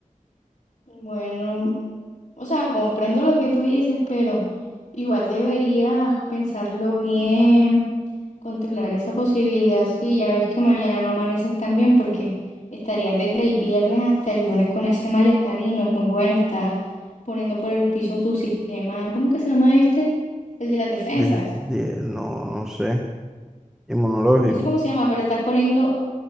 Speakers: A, on the left; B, in the centre.
A: Bueno, o sea, comprendo lo que tú dices, pero igual deberías pensarlo bien, contemplar esa posibilidad. Sí, ya ves que mañana no amaneces tan bien porque estarías desde el viernes hasta el lunes con ese malestar y no es muy bueno. Estás poniendo por el piso tu sistema, ¿cómo que se llama este? El de las defensas.
B: De- de- no, no sé, inmunológico.
A: No sé cómo se llama, pero estás poniendo